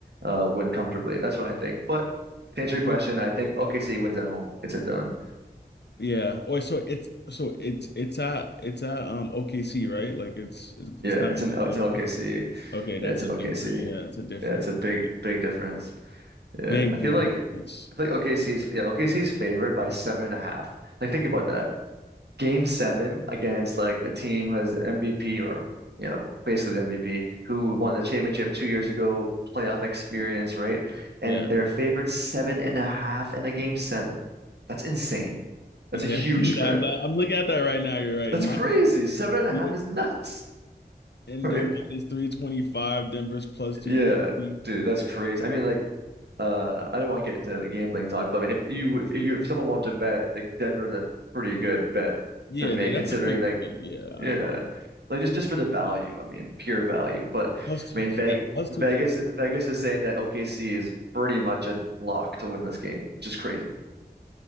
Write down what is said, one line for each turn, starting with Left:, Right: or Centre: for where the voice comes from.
Right: uh win comfortably. That's what I think. But to answer your question,
Left: You-
Right: I think OKC wins at home. It's a done.
Left: Yeah. Wait, so it's so it's it's at it's at um OKC, right? Like it's it's, it's
Right: Yeah,
Left: not
Right: it's
Left: in
Right: an it's
Left: Denver.
Right: an OKC.
Left: Okay, that's
Right: Yeah, it's an
Left: a different
Right: OKC.
Left: yeah, it's a different
Right: Yeah, it's
Left: one.
Right: a big,
Left: Like,
Right: big difference. Yeah,
Left: big
Right: I feel
Left: big
Right: like
Left: difference.
Right: I feel like OKC's yeah OKC's favored by seven and a half. Like think about that. Game seven against like a team who has MVP or you know basically the MVP who won the championship two years ago, playoff experience, right? And
Left: Yeah.
Right: they're favored seven and a half in a game seven. That's insane. That's
Left: Yeah.
Right: a huge
Left: <laughs>
Right: spread.
Left: Yeah, I'm, I'm looking at that right now. You're right.
Right: That's
Left: Mine.
Right: crazy. Seven and a
Left: yeah,
Right: half is nuts, <laughs>
Left: and
Right: right?
Left: they're minus 325. Denver's plus 250.
Right: Yeah, dude, that's crazy. I mean, like. Uh, I don't want to get into the gambling talk, but I mean, if you if you if someone wants to bet, like Denver's a pretty good bet
Left: Yeah,
Right: to make,
Left: that, that's
Right: considering
Left: a pretty
Right: like
Left: good bet. Yeah, I
Right: yeah,
Left: ain't got
Right: like just just for the value. I mean, pure value. But
Left: plus two,
Right: I mean, Vegas
Left: yeah, plus 250.
Right: Vegas Vegas is saying that OKC is pretty much a lock to win this game, which is crazy.